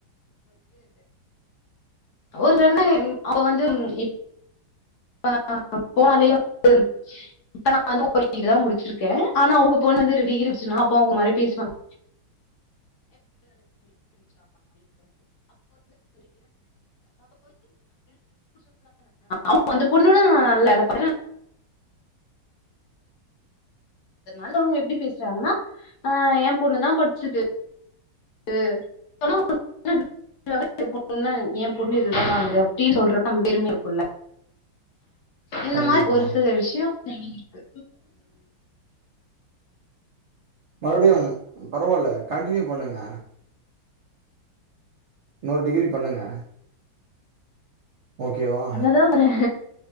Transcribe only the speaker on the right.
கண்டிப்பா
மறுபடியும் பரவால்ல கண்டினியூ பண்ணுங்க இன்னுரு டிகிரி பண்ணுங்க ஓகேவா